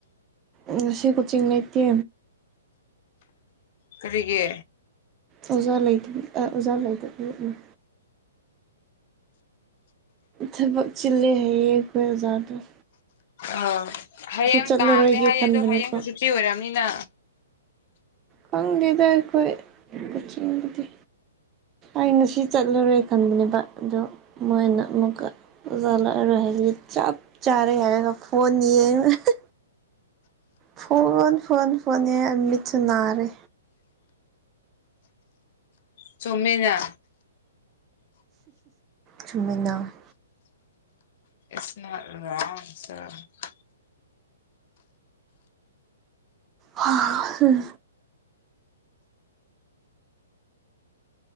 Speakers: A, on the right; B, on the left.
A: ꯉꯁꯤ ꯀꯣꯆꯤꯡ ꯂꯩꯇꯦ
B: ꯀꯔꯤꯒꯤ
A: ꯑꯣꯖꯥ ꯂꯩꯇꯕꯤ ꯑꯥ ꯑꯣꯖꯥ ꯂꯩꯇꯕꯤꯅꯤ ꯊꯕꯛ ꯆꯤꯜꯂꯦ ꯍꯥꯏꯌꯦ ꯑꯩꯈꯣꯏ ꯑꯣꯖꯥꯗꫭ
B: ꯑ ꯍꯌꯦꯡ
A: ꯆꯠꯂꯔꯣꯏꯒꯦ
B: ꯀꯥꯡꯅꯦ ꯍꯥꯏꯌꯦ
A: ꯈꯟꯕꯅꯦꯀꯣ
B: ꯑꯗꯣ ꯍꯌꯦꯡꯁꯨ ꯁꯨꯇꯤ ꯑꯣꯏꯔꯝꯅꯤꯅ
A: ꯈꯪꯗꯦꯗ ꯑꯩꯈꯣꯏ ꯀꯣꯆꯤꯡꯒꯤꯗꯤ ꯑꯩꯅ ꯁꯤ ꯆꯠꯂꯔꫭꯏ ꯈꯟꯕꯅꯦꯕ ꯑꯗꯣ ꯃꯣꯏꯅ ꯑꯃꯨꯛꯀ ꯑꯣꯖꯥ ꯂꯥꯛꯔꯔꯣꯏ ꯍꯥꯏꯕꯒꯤ ꯆꯞ ꯆꯥꯔꯦ ꯍꯥꯏꯔꯒ ꯐꯣꯟ ꯌꯦꯡꯔꯒ ꯐꯣꯟ ꯐꯣꯟ ꯐꯣꯟ ꯌꯦꯡꯔ ꯃꯤꯠꯁꯨ ꯅꯥꯔꯦ
B: ꯆꯨꯝꯃꯤꯅꯥ
A: ꯆꯨꯝꯃꯤꯅꯥ
B: <unintelligible>
A: ꯍꯥ ꯍꯨꯏ